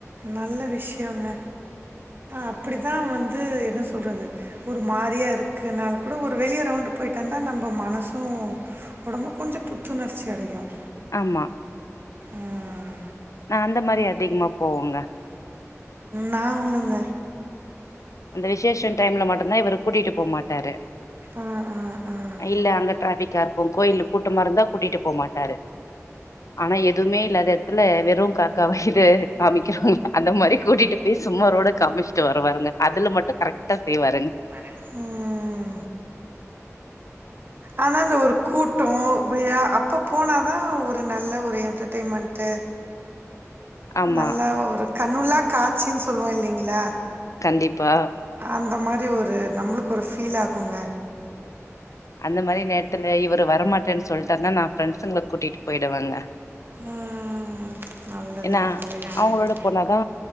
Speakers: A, on the right; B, on the left.
A: நல்ல விஷயோங்க அப்டிதான் வந்து என்ன சொல்றது ஒரு மாரியா இருக்குனால கூட ஒரு வெளியே ரவுண்டு் போயிட்டு வந்தா நம்ம மனசும் உடம்பு கொஞ்சம் புத்துணர்ச்சி அடையும்
B: ஆமா
A: ஆஹா
B: நாங்க அந்த மாரி அதிகமா போவோங்க
A: நாங்ளுங்க
B: இந்த விசேஷம் டைம்ல மட்டு்தான் இவரு கூட்டிட்டு போக மாட்டாரு
A: ஆ ஆ ஆ
B: இல்ல அங்க ட்ராஃபிக் பாப்போம் கோயில்ல கூட்டமா இருந்தா கூட்டியிட்டு போமாட்டாரு ஆனா எதுவுமே இல்லாது இல்ல வெறும் காக்கா இது காமிக்கிறாங்க அந்த மாரி கூட்டிட்டு பேய் சும்மாரோட காமிச்சுட்டுவா இந்த பாருங்க அதுல மட்டும் கரெக்ட்டா செய்வாருங்க
A: உம் ம் ஆனா இந்த ஒரு கூட்டோம் விழா அப்ப போனாதான் ஒரு நல்ல ஒரு என்டர்டெயின்மென்ட்
B: ஆமா
A: நல்லா ஒரு கண்ணுல்லா காட்சினு சொல்லுவோம் இல்லங்களா
B: கண்டிப்பா
A: அந்த மாரி ஒரு நம்மளுக்கு ஒரு ஃபீல் ஆகுங்க
B: அந்த மாரி நேரத்துல இவர் வரமாட்டேன்னு சொல்லிட்டார்னா நான் ஃப்ரெண்ட்ஸ்ங்கள கூட்டிட்டு போயிடுவேங்க
A: உம் நல்லதுங்க
B: ஏன்னா
A: நல்ல விஷயங்க
B: அவங்களோட போனாதா